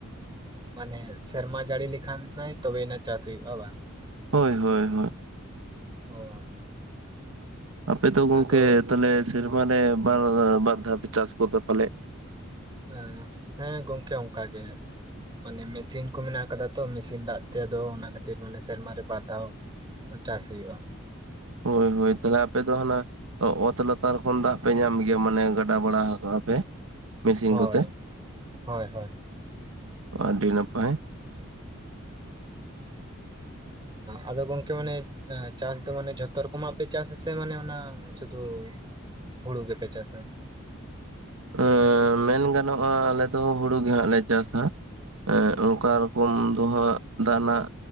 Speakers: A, on the right; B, on the right.
A: ᱢᱟᱱᱮ ᱥᱮᱨᱢᱟ ᱡᱟᱹᱲᱤ ᱞᱮᱠᱷᱟᱱ ᱱᱟᱭ ᱛᱚᱵᱮᱭᱱᱟ ᱪᱟᱥ ᱦᱩᱭᱩᱜ-ᱟ ᱵᱟᱝ?
B: ᱦᱳᱭ ᱦᱳᱭ ᱦᱳᱭ
A: ᱚ
B: ᱟᱯᱮ ᱫᱚ ᱜᱚᱝᱠᱮ
A: ᱟᱫᱚ
B: ᱛᱟᱞᱦᱮ ᱥᱮᱨᱢᱟᱨᱮ ᱵᱟᱨ ᱵᱟᱨ ᱫᱷᱟᱣ ᱯᱮ ᱪᱟᱥ ᱜᱚᱫᱟ ᱯᱟᱞᱮᱜ?
A: ᱦᱮᱸ ᱦᱮᱸ ᱜᱚᱝᱠᱮ ᱚᱝᱠᱟ ᱜᱮ ᱢᱟᱱᱮ ᱢᱮᱪᱤᱱ ᱠᱚ ᱢᱮᱱᱟᱜ ᱠᱟᱫᱟ᱾ ᱛᱚ ᱢᱤᱥᱤᱱ ᱫᱟᱜ ᱛᱮ ᱟᱫᱚ ᱚᱱᱟ ᱠᱷᱟᱹᱛᱤᱨ ᱢᱟᱱᱮ ᱥᱮᱨᱢᱟᱨᱮ ᱵᱟᱨ ᱫᱷᱟᱣ ᱪᱟᱥ ᱦᱩᱭᱩᱜᱭ-ᱟ᱾
B: ᱦᱳᱭ ᱦᱳᱭ ᱛᱟᱞᱦᱮ ᱟᱯᱮ ᱫᱚ ᱦᱟᱱᱟ ᱚᱛ ᱞᱟᱛᱟᱨ ᱠᱷᱚᱱ ᱫᱟᱜ ᱯᱮ ᱧᱟᱢ ᱜᱮᱭᱟ ᱢᱟᱱᱮ ᱜᱟᱰᱟ ᱵᱟᱲᱟ ᱠᱟᱜ-ᱟ ᱯᱮ? ᱢᱤᱥᱤᱱ
A: ᱦᱳᱭ
B: ᱠᱚᱛᱮ
A: ᱦᱳᱭ ᱦᱳᱭ
B: ᱟᱹᱰᱤ ᱱᱟᱯᱟᱭ᱾
A: ᱟᱫᱚ ᱜᱚᱝᱠᱮ ᱢᱟᱱᱮ ᱪᱟᱥ ᱫᱚ ᱢᱟᱱᱮ ᱡᱷᱚᱛᱚ ᱨᱚᱠᱚᱢᱟᱜ ᱯᱮ ᱪᱟᱥ ᱟᱥᱮ ᱢᱟᱱᱮ ᱚᱱᱟ ᱥᱩᱫᱩ ᱦᱩᱲᱩ ᱜᱮᱯᱮ ᱪᱟᱥᱟ?
B: ᱮᱸ ᱢᱮᱱ ᱜᱟᱱᱚᱜ-ᱟ ᱟᱞᱮ ᱫᱚ ᱦᱩᱲᱩ ᱜᱮ ᱦᱟᱸᱜ ᱞᱮ ᱪᱟᱥᱟ᱾ ᱮᱸ ᱚᱝᱠᱟ ᱨᱚᱠᱚᱢ ᱫᱚ ᱦᱟᱸᱜ ᱫᱟᱜ ᱱᱟᱜ